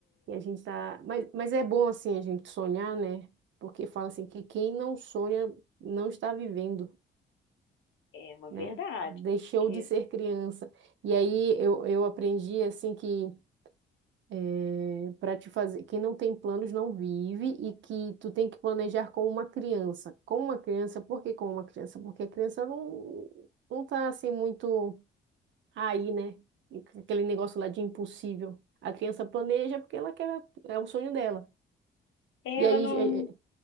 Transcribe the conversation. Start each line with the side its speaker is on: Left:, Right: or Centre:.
Right: E a gente tá. Mas, mas é bom assim a gente sonhar, né? Porque fala assim que quem não sonha não está vivendo.
Left: É uma verdade,
Right: né? Deixou
Left: porque
Right: de ser criança. E aí eu, eu aprendi assim que é, para te fazer, quem não tem planos não vive e que tu tem que planejar com uma criança. Com uma criança, por que com uma criança? Porque a criança não, não tá assim muito aí, né? Aquele negócio lá de impossível. A criança planeja porque ela quer, é o sonho dela.
Left: ela
Right: E aí
Left: não
Right: é,